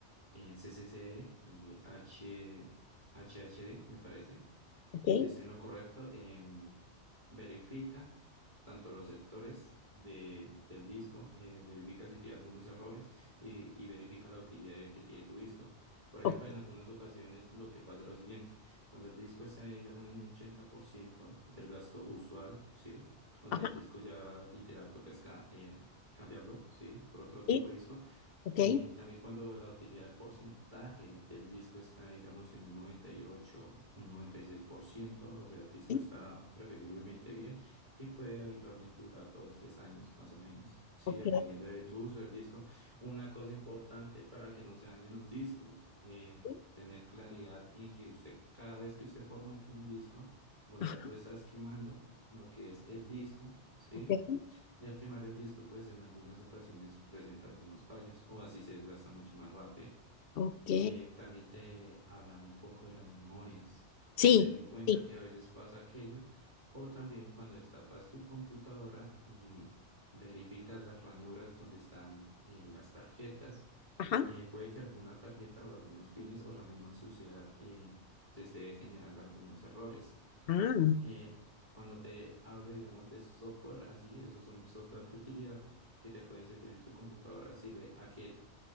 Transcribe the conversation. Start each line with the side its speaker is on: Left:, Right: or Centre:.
Right: eh, CCC y H, HHD, me parece,
Left: ok, ok,
Right: si estoy en lo correcto, em, verifica tanto los sectores de- del disco, eh, verifica si tiene algunos errores y, y verifica la utilidad de- que tiene tu disco. Por ejemplo,
Left: ok,
Right: en algunas ocasiones lo que pasa es lo siguiente, cuando el disco está, digamos, en un 80% del gasto usual, ¿sí? O
Left: ajá,
Right: sea, el disco ya literal toca es ca- eh, cambiarlo, ¿sí? Por otro tipo
Left: sí,
Right: de disco.
Left: ok,
Right: Eh, también cuando la utilidad del porcentaje del disco está, digamos, en un 98, un noventa y seis por ciento o sea, el disco
Left: sí,
Right: está preferiblemente bien y puede habitualmente durar dos, tres años más o menos, sí,
Left: ok,
Right: dependiendo del uso del disco. Una cosa importante para que no se dañen los discos, eh,
Left: sí,
Right: tener claridad en que usted, cada vez que usted formate un disco, o
Left: ajá,
Right: sea, tú estás quemando lo que es el disco, ¿sí?
Left: ok,
Right: y al quemar el disco pues en algunas ocasiones presenta algunas fallas o así se desgasta mucho más rápido.
Left: ok,
Right: Eh, también te hablaba un poco de las memorias.
Left: sí,
Right: Ten en cuenta
Left: sí,
Right: que a veces pasa aquello o también cuando destapas tu computadora y verificas las ranuras donde están eh, las tarjetas,
Left: ajá,
Right: eh, puede que alguna tarjeta o algunos pines o la misma suciedad eh, te esté generando algunos errores.
Left: ah,
Right: Eh, cuando te hablo, digamos, de software, así, esos son software de utilidad que te pueden servir en tu computadora, sirve aquel.